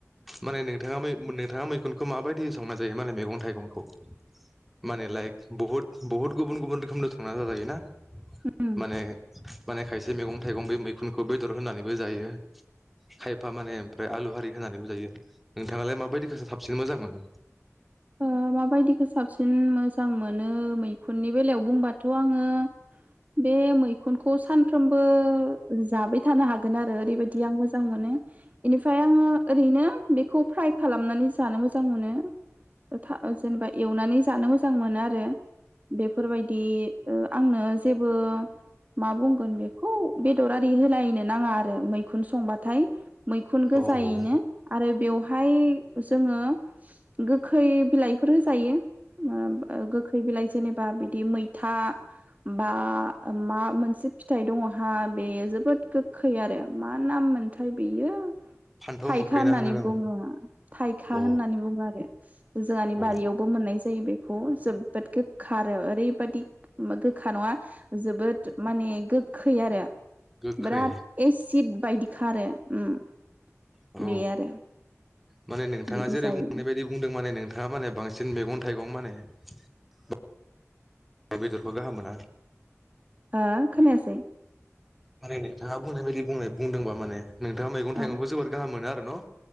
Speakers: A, in the centre; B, on the right.
A: माने नोंथाङा मै नोंथाङा मैखुन खो माबायदियै संना जायो माने मैगं थाइगंखौ । माने लाइक बहुद बहुद गुबुन गुबुन रोखोमनो संना जाजायोना।
B: ओ
A: माने माने खायसे मैगं थाइगं बै मैखुनखौ बेदर होननानै बो जायो। खायफा माने ओमफ्राय आलुहारि होननानैबो जायो नोंथाङालाय माबायदिखोथो साबसिन मोजां मोनो?
B: अ माबायदिखो साबसिन मोजां मोनो मैखुननि बेलायाव बुंबाथ' आङो बे मैखुनखौ सानफ्रामबो जाबाय थानो हागोन आरो ओरैबायदि आं मोजां मोनो इनिफ्राय आङो ओरैनो बेखौ फ्राइ खालामनानै जानो मोजां मोनो। ओ था जेनेबा एवनानै जानो मोजां मोनो आरो । बेफोरबायदि ओ आंनो जेबो मा बुंगोन बेखौ बेदरआरि होलायनो नाङा आरो मैखुन संबाथाय। मैखुन गोजायैनो
A: औ
B: आरो बेव हाय जोङो गोखै बिलाइफोर होजायो ओ गोखै बिलाइ जेनेबा बिदि मैथा बा मा मोनसे फिथाइ दङ हा बे जोबोद गोखै आरो मा नाम मोनथाय बेयो
A: फान्थाव
B: थाइखा
A: मोखैना
B: होननानै
A: होनो नामा
B: बुङो थाइखा
A: औ
B: होननानै बुङो आरो । जाआनि
A: औ
B: बारियावबो मोननाय जायो। बेखौ जोबोद गोगखा आरो ओरैबायादि उम गोखा नङा जोबोद माने गोखै आरो ।
A: गोखै
B: बिराद एसिद बायदि । खारो उम
A: औ
B: बे आरो
A: माने नोंथाङा
B: बिदि
A: जेरै
B: जायो
A: बुंनाय बायदि बुंदों माने नोंथाङा माने बांसिन मेगं थाइगं माने <inaudible> बेदरखौ गाहाम मोना
B: ओ खोनायासै
A: माने नोंथाङा बुंनाय बायदि बुंनाय बुंदोंबा माने नोंथाङा मैगं थाइगंखौ
B: औ
A: जोबोर गाहाम मो न'